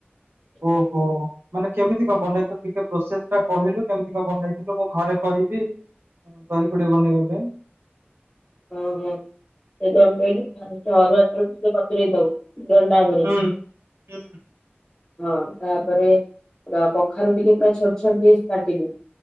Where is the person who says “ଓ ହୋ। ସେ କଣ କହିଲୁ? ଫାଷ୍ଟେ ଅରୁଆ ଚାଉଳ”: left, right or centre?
Left